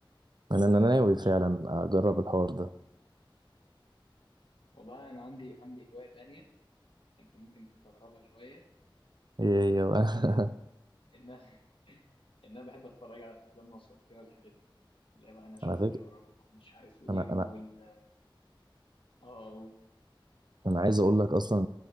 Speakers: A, on the right; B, on the left.
A: انا انا ناوي
B: ان
A: فعلا
B: شاء الله
A: اجرب الحوار ده
B: والله انا عندي عندي هوايه تانية انت ممكن تستغربها شويه
A: ايه
B: بس
A: ايه
B: آه،
A: <laughs>
B: ان <laughs> انا ان انا بحب اتفرج على الافلام الوثائقيه والحاجات دي اللي هي بقى ناشونال
A: أنا فاكر
B: جيوغرافيك ومش عارف ايه
A: انا
B: وال
A: انا
B: اه و...
A: انا عايز اقول لك اصلا